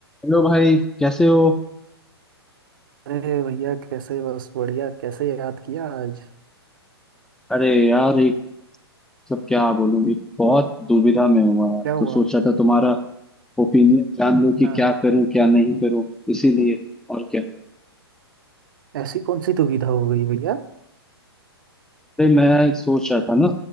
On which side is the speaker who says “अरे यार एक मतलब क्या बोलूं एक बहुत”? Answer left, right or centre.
Centre